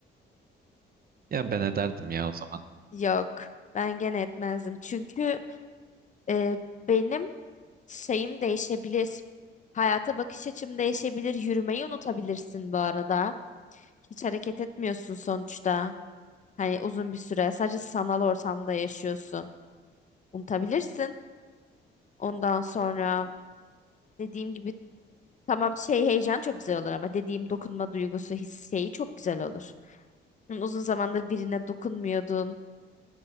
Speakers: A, on the right; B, on the left.
A: ya ben ederdim ya o zaman.
B: <laughs> Yok, ben gene etmezdim. Çünkü e, benim şeyim değişebilir. Hayata bakış açım değişebilir. Yürümeyi unutabilirsin bu arada. Hiç hareket etmiyorsun sonuçta. Hani uzun bir süre sadece sanal ortamda yaşıyorsun. Unutabilirsin. Ondan sonra dediğim gibi tamam şey heyecan çok güzel olur ama dediğim dokunma duygusu his şeyi çok güzel olur. Hı, Uzun zamandır birine dokunmuyordun.